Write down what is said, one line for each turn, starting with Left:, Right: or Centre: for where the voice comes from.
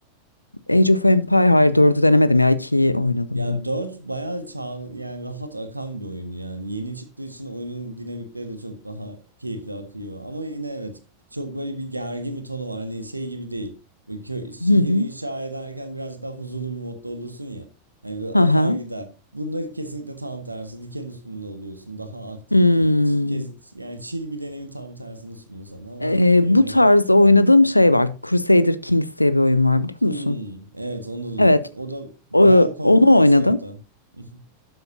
Left: Age of Empire hayır 4'ü denemedim ya 2'yi oynadım
Right: Ya
Left: ben.
Right: 4 bayağı çağ, yani rahat akan bir oyun yani. Yeni çıktığı için oyunun dinamikleri de çok daha keyifli akıyor. Ama yine evet çok böyle bir gergin bir tonu var. Hani şey gibi değil. Böyle kö- şehir
Left: Hı hı.
Right: inşa ederken birazcık daha huzurlu bir modda olursun ya. Hani böyle akar
Left: aha
Right: gider. Bunda kesinlikle tam tersi. Diken üstünde oluyorsun. Daha aktif
Left: Hmm.
Right: bir deneyim. Kes, yani chill bir deneyimin tam tersini sunuyor sana ama
Left: Ee,
Right: eğlenceli.
Left: bu tarzda oynadığım şey var. Crusader Kings diye bir oyun var biliyor musun?
Right: Hmm, evet onu da duydum.
Left: Evet,
Right: O da bayağı
Left: o-
Right: kompleks
Left: onu oynadım.
Right: hatta. <laughs>